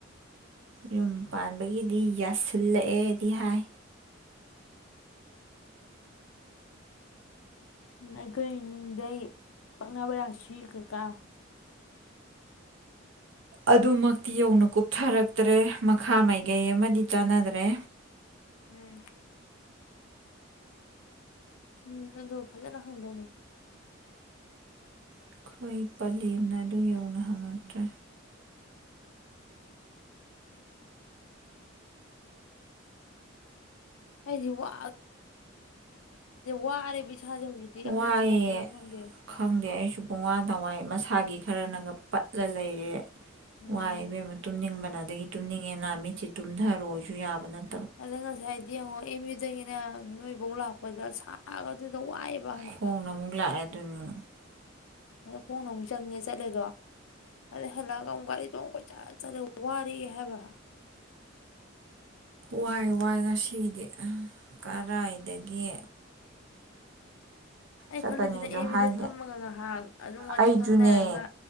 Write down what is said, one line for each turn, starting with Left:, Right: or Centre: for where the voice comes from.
Right: ꯌꯨꯝ ꯄꯥꯟꯕꯒꯤꯗꯤ ꯌꯥꯁꯤꯜꯂꯛꯑꯦꯗꯤ ꯍꯥꯏ
Left: ꯅꯈꯣꯏꯗꯩ ꯄꯛꯅꯕ ꯔꯥꯁꯤ ꯀꯩꯀꯥ
Right: ꯑꯗꯨꯃꯛꯇꯤ ꯌꯧꯅ ꯀꯨꯞꯊꯔꯛꯇ꯭ꯔꯦ ꯃꯈꯥ ꯃꯥꯏ ꯀꯩ ꯑꯃꯗꯤ ꯆꯥꯟꯅꯗ꯭ꯔꯦ
Left: ꯎꯝ ꯎꯝ ꯑꯗꯨ ꯐꯖꯅ ꯍꯪꯗꯧꯅꯤ
Right: ꯑꯩꯈꯣꯏ ꯄꯂꯦꯝꯅ ꯑꯗꯨ ꯌꯧꯅ ꯍꯪꯉꯛꯇ꯭ꯔꯦ
Left: ꯑꯩꯗꯤ ꯋꯥ ꯋꯥꯔꯦꯕ ꯏꯁꯥꯁꯦ ꯍꯧꯖꯤꯛꯇꯤ ꯑꯍꯟ
Right: ꯋꯥꯏꯑꯦ
Left: ꯑꯣꯏꯁꯜꯂꯛꯄꯩꯔꯥ ꯈꯪꯗꯦ
Right: ꯈꯪꯗꯦ ꯑꯩꯁꯨ ꯄꯨꯡꯋꯥꯅ ꯋꯥꯏ ꯃꯁꯥꯒꯤ ꯈꯔꯅꯒ ꯄꯠ ꯂ ꯂꯩꯔꯦ
Left: ꯎꯝ
Right: ꯋꯥꯏ ꯏꯕꯦꯝꯃ ꯇꯨꯝꯅꯤꯡꯕꯅ ꯑꯗꯒꯤ ꯇꯨꯝꯅꯤꯡ ꯑꯦꯅ ꯃꯤꯠꯁꯤ ꯇꯨꯝꯗꯔꯣꯁꯨ ꯌꯥꯕ ꯅꯠ
Left: ꯑꯗꯩ ꯉꯁꯥꯏꯗꯤ ꯌꯦꯡꯉꯣ ꯑꯦꯝ ꯌꯨ ꯗꯒꯤꯅ ꯅꯣꯏ ꯕꯧ ꯂꯥꯛꯄꯗ ꯁꯥꯒꯗꯨꯗ ꯋꯥꯏꯑꯦꯕ
Right: ꯈꯣꯡꯅ ꯑꯃꯨ ꯂꯥꯛ ꯑꯦ ꯑꯗꯨꯅ
Left: ꯑ ꯈꯣꯡꯅ ꯃꯨꯛ ꯆꯪꯉꯦ ꯆꯠꯂꯦꯗꯣ ꯑꯗꯩ ꯍꯜꯂꯛꯑꯒ ꯑꯃꯨꯛ ꯒꯥꯔꯤ ꯇꯣꯡꯉ ꯀꯣꯏꯆꯠ ꯆꯠꯂꯦ ꯋꯥꯔꯛꯑꯦ ꯍꯥꯏꯕ
Right: ꯋꯥꯏ ꯋꯥꯏ ꯉꯁꯤꯗꯤ ꯀꯔꯥꯏꯗꯒꯤ
Left: ꯑꯩ
Right: ꯆꯠꯀꯅꯤꯁꯨ
Left: ꯈꯜꯂꯤꯁꯤꯗ ꯑꯦꯝ ꯌꯨꯗ
Right: ꯍꯥꯏꯗꯦ
Left: ꯐꯝꯃꯒ ꯉꯥꯏꯍꯥꯛ ꯑꯗꯨꯝ ꯋꯥꯊꯤ
Right: ꯑꯩꯁꯨꯅꯦ
Left: ꯉꯥꯡꯅꯔꯒ